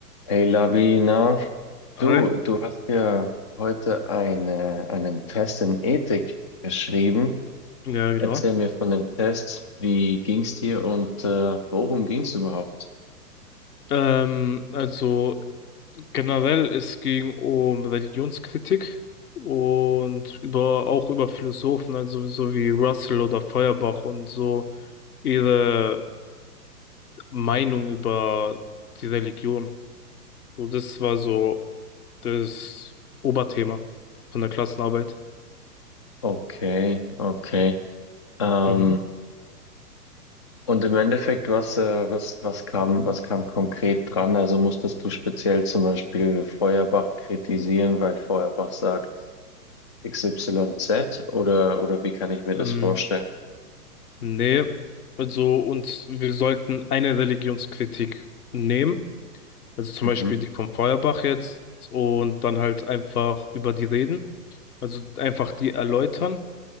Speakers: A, on the left (about 20°); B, on the left (about 65°).
A: Hey Labina, du,
B: Hi.
A: du hast ja heute eine, einen Test in Ethik geschrieben.
B: Ja, genau.
A: Erzähl mir von dem Test. Wie ging's dir und äh, worum ging's überhaupt?
B: Ähm, also generell, es ging um Religionskritik und über auch über Philosophen, also so wie Russell oder Feuerbach und so ihre Meinung über die Religion. So, das war so das Oberthema von der Klassenarbeit.
A: Okay, okay. Ähm,
B: Mhm.
A: und im Endeffekt, was, äh, was, was kam, was kam konkret dran? Also musstest du speziell zum Beispiel Feuerbach kritisieren, weil Feuerbach sagt XYZ oder, oder wie kann ich mir
B: Ähm,
A: das vorstellen?
B: nee, also und wir sollten eine Religionskritik nehmen. Also zum
A: Mhm.
B: Beispiel die vom Feuerbach jetzt und dann halt einfach über die reden. Also einfach die erläutern